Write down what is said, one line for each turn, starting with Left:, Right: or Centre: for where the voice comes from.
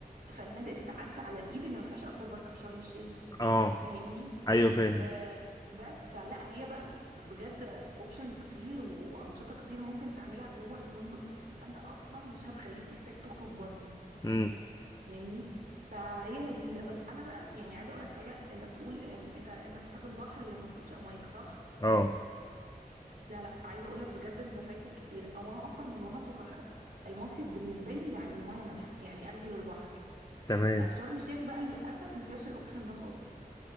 Right: فنادق تتعدى على الايد اللي ما فيهاش اكوا بارك في شرم الشيخ
Left: اه
Right: فاهمني
Left: أيوه فاهم
Right: آه بس فلا هي بقى بجد اوبشنز كتير و- وانشطه كتير ممكن تعملها جوه الفندق فانت اصلا مش هتخليك تحتاج تخرج بره
Left: مم.
Right: فاهمني فهي لذيذه بس انا بقى يعني عايزه اقول لك حاجه انت بتقول آم، انت انت بتحب البحر اللي ما فيهوش امواج صح
Left: اه
Right: لا لا عايزه اقول لك بجد انت فايتك كتير او انا اصلا من وانا صغيره المصيف بالنسبه لي يعني ميه مالحه يعني انزل البحر
Left: تمام
Right: آه، شرم الشيخ بقى للاسف ما فيهاش الاوبشن ده خالص